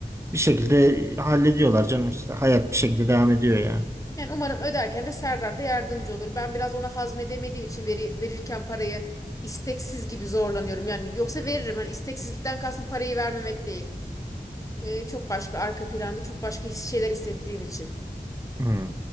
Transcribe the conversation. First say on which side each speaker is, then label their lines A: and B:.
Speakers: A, on the right; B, on the left.
A: Bir şekilde hallediyorlar canım işte. Hayat bir şekilde devam ediyor yani.
B: Yani umarım öderken de Serdar da yardımcı olur. Ben biraz ona hazmedemediğim için veri, verirken parayı isteksiz gibi zorlanıyorum. Yani yoksa veririm. Hani isteksizlikten kastım parayı vermemek değil. Ee, çok başka arka planda çok başka his- şeyler hissettiğim için.
A: Hmm.